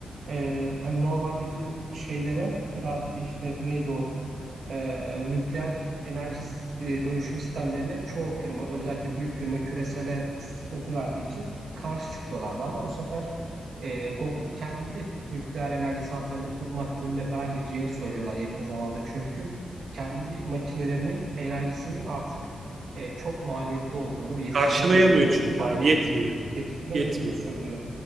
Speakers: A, on the right; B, on the right.
A: Ee, hani normalde bu şeylere rad işte neydi o e, nükleer enerji e, dönüşüm sistemlerine çoğu firma özellikle büyük firma küresele sıkıntı verdiği için karşı çıkıyorlardı. Ama bu sefer e, Google kendi nükleer enerji santralini kurma yönüne falan gideceğini söylüyorlar yakın zamanda. Çünkü kendi makinelerinin enerjisini artık e, çok maliyetli olduğunu, yetiştiremediğini,
B: Karşılayamıyor çünkü
A: aynen
B: abi. Yetmiyor.
A: yetiştiremediğini
B: Yetmiyor.
A: söylüyor.